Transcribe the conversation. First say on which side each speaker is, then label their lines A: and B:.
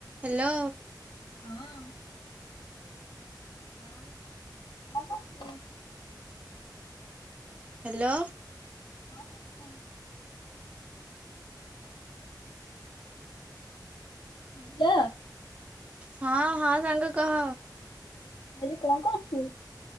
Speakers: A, on the right; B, on the left.
A: Hello.
B: ହଁ। ଆଉ କଣ କରୁଚୁ?
A: ହ୍ୟାଲୋ।
B: କଣ କରୁଚ? <unintelligible>
A: ହଁ ହଁ ସାଙ୍ଗ କହ।
B: ଆରେ କଣ କରୁଚୁ?